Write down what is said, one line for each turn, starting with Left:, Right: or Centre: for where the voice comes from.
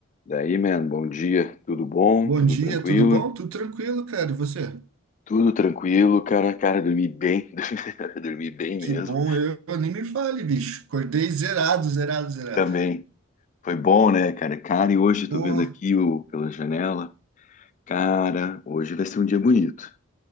Left: Daí, man, bom dia. Tudo bom?
Right: Bom
Left: Tudo
Right: dia,
Left: tranquilo?
Right: tudo bom? Tudo tranquilo, cara. E você?
Left: Tudo tranquilo, cara. Cara, dormi bem. <laughs> Dormi bem
Right: Que
Left: mesmo.
Right: bom, eu, eu nem me fale, bicho. Acordei zerado, zerado, zerado.
Left: Também. Foi bom, né, cara? Cara, e hoje tô
Right: Ô,
Left: vendo aqui o, pela janela. Cara, hoje vai ser um dia bonito.